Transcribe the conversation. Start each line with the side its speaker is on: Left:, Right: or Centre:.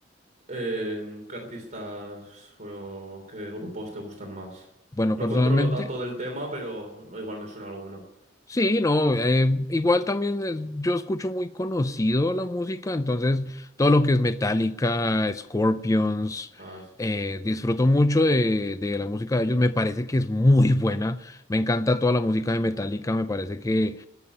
Right: Em, ¿qué artistas, bueno, qué grupos te gustan más?
Left: Bueno,
Right: No
Left: personalmente.
Right: controlo tanto del tema, pero igual me suena alguno.
Left: Sí, no, eh, igual también es- yo escucho muy conocido la música, entonces todo lo que es Metallica, Scorpions,
Right: Ah, sí.
Left: eh, disfruto mucho de, de la música de ellos, me parece que es muy <laughs> buena, me encanta toda la música de Metallica, me parece que